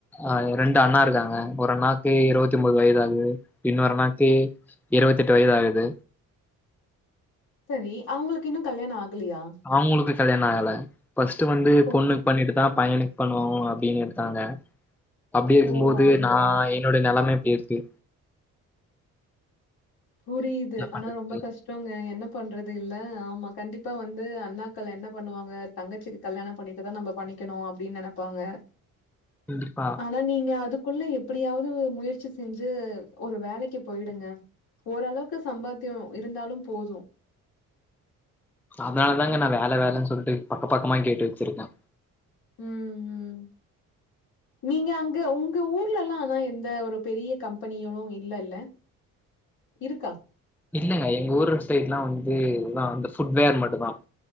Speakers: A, in the centre; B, on the left.
A: ஆ ரெண்டு அண்ணா இருக்காங்க ஒரு அண்ணாக்கு இருபத்தி மூணு முப்பது வயது ஆகுது இன்னொரு அண்ணாக்கு இருபத்தி எட்டு வயது ஆகுது
B: சரி அவங்களுக்கு இன்னு கல்யாணோ ஆகலியா
A: அவங்களுக்கு கல்யாணோ ஆகல ஃபர்ஸ்ட்ட் வந்து
B: ஓ
A: பொண்ணுக்கு பண்ணிட்டு தா பையனுக் பண்ணுவோ அப்டின்னு எடுத்தாங்க அப்டி இருக்கும்
B: ஓ
A: போது
B: ஆமா
A: நா என்னோடைய நிலைம இப்டி இருக்கு
B: புரியுது
A: என்ன பண்றது
B: ஆனா ரொம்ப கஷ் டோங்க என்ன பண்றது இல்ல ஆமா கண்டிப்பா வந்து அண்ணாக்கள் என்ன பண்ணுவாங்க தங்கச்சிக்கு கல்யாணோ பண்ணிட்டுதா நம்ம பண்ணிக்கணு அப்டின்னு நினைப்பாங்க
A: கண்டிப்பா
B: ஆனா நீங்க அதுக் குள்ள எப்டியாவது முயற்சி செஞ்சு ஒரு வேலைக்கு போயிடுங்க ஓரளவுக்கு சம்பாத்தியம் இருந்தாலும் போதும்
A: அதனால தாங்க நான் வேல வேலன்னு சொல்லிட்டு பக்க பக்கமா கேட்டு வெச்சிருக்கேன்
B: ம் ம் நீங்க அங்க உங்க ஊர்லல்லாம் ஆனா எந்த ஒரு பெரிய கம்பெனியும் இல்லெல்ல இருக்கா
A: இல்லங்க எங்க ஊர் சைட்லாம் வந்து இதான் அந்த ஃபுட்வேர் மட்டும் தான்